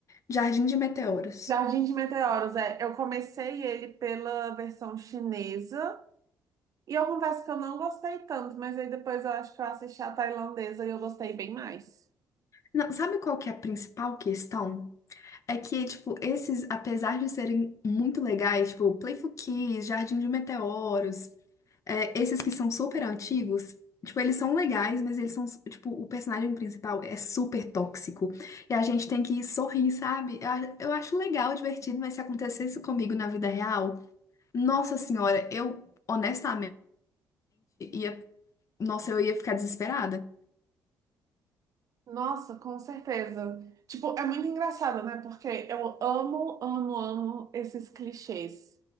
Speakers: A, on the left (about 45°); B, on the right (about 50°).
A: Jardim de Meteoros.
B: Jardim de Meteoros, é. Eu comecei ele pela versão chinesa. E eu confesso que eu não gostei tanto, mas aí depois eu acho que eu assisti a tailandesa e eu gostei bem mais.
A: Não, sabe qual que é a principal questão? É que, tipo, esses, apesar de serem muito legais, tipo, Playful Kiss, Jardim de Meteoros. É, esses que são super antigos, tipo, eles são legais, mas eles são, tipo, o personagem principal é super tóxico. E a gente tem que sorrir, sabe? Eu, a- eu acho legal, divertido, mas se acontecesse comigo na vida real, nossa senhora, eu honestamente ia. Nossa, eu ia ficar desesperada.
B: Nossa, com certeza. Tipo, é muito engraçado, né? Porque eu amo, amo, amo esses clichês.